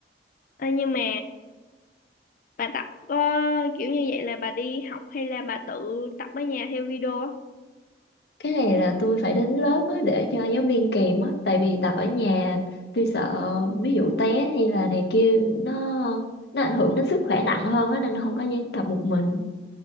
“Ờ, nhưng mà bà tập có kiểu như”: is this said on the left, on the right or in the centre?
Left